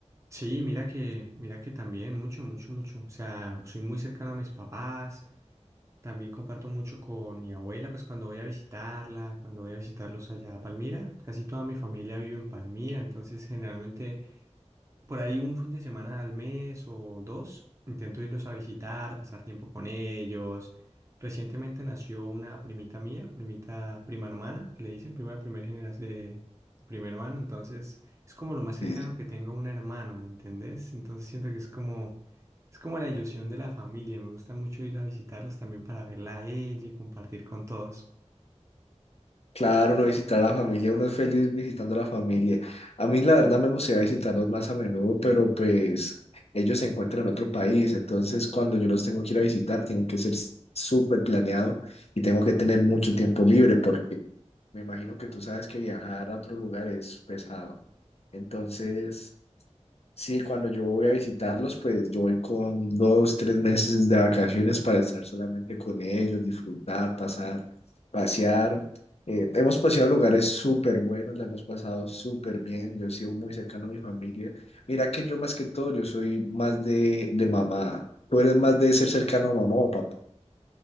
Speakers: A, on the right; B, on the left.
A: Sí, mira que, mira que también, mucho, mucho, mucho. O sea, soy muy cercano a mis papás. También comparto mucho con mi abuela, pues cuando voy a visitarla, cuando voy a visitarlos allá a Palmira, casi toda mi familia vive en Palmira, entonces generalmente por ahí un fin de semana al mes o dos, intento irlos a visitar, pasar tiempo con ellos. Recientemente nació una primita mía, primita prima hermana, que le dicen prima de primer generación de, de primer hermano, entonces es como lo más cercano
B: sí,
A: que tengo a un hermano, ¿me entendés? Entonces siento que es como es como la ilusión de la familia. Me gusta mucho ir a visitarlos también para verla a ella y compartir con todos.
B: Claro, uno visitar a la familia, uno es feliz visitando a la familia. A mí la verdad me gustaría visitarlos más a menudo, pero pues ellos se encuentran en otro país, entonces cuando yo los tengo que ir a visitar, tienen que ser s- súper planeado y tengo que tener mucho tiempo libre porque me imagino que tú sabes que viajar a otro lugar es pesado. Entonces, Sí, cuando yo voy a visitarlos, pues yo voy con dos, tres meses de vacaciones para estar solamente con ellos, disfrutar, pasar, pasear. Eh, hemos paseado lugares súper buenos, la hemos pasado súper bien, yo he sido muy cercano a mi familia. Mira que yo más que todo, yo soy más de, de mamá. ¿Tú eres más de ser cercano a mamá o papá?